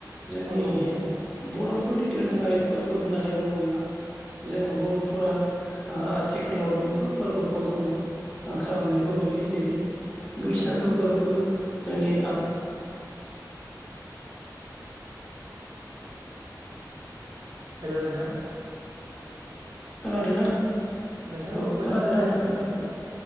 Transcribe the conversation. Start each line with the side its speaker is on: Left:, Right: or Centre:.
Left: जोंनि
Right: औ औ नोंथां औ
Left: बर'फोरनि दोरोङारि फोरबो होननानै बुङोब्ला जोङो बर'फोरा आथिखालाव मोनबा फोरबोखौ जोङो खालामनायखौ नुयो जेरै बैसागो
Right: औ
Left: फोरबो जोंनि
Right: हेल' नोंथां
Left: खोनादोंना
Right: नोंथां
Left: औ खोनादोंना
Right: मोजां खोनायाखैमोन
Left: नोंथाङा
Right: बुंफिन